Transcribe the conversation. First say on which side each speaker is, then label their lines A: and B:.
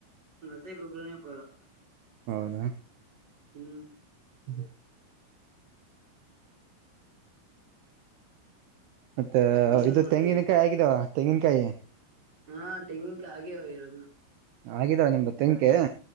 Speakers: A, on the right; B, on the right.
A: ನ ಗಬರೋ ನ ಪಡೋ
B: ಅವದ
A: ಹ್ಮ್
B: ಹ ಮತ್ತೆ
A: ನೀವೇನ್
B: ಇದು
A: ಮಾಡ್ತಿದೀರಿ
B: ತೆಂಗಿನಕಾಯಿ ಆಗಿದಾವ ತೆಂಗಿನಕಾಯೆ
A: ಹಾ ಟೆಂಗಿನ ಕಾಯಿ ಆಗವೆ.
B: ಆಗಿದಾವ ನಿಮ್ದು ತೆಂಗಿನಕಾಯಿ.